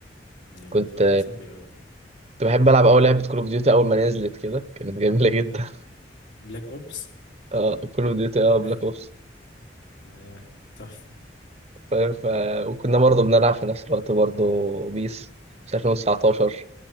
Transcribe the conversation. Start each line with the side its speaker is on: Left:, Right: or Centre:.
Left: هي الموضوع
Right: كنت
Left: مثلا بيبقى
Right: كنت بحب العب اول لعبه كول اوف ديوتي اول ما نزلت كده كانت جميله جدا
Left: بلاك اوبس
Right: <laughs> اه كول اوف ديوتي اه بلاك
Left: اي
Right: اوبس
Left: آه، تحفة
Right: ف... ف... وكنا برضه بنلعب في نفس الوقت برضه بيس في 2019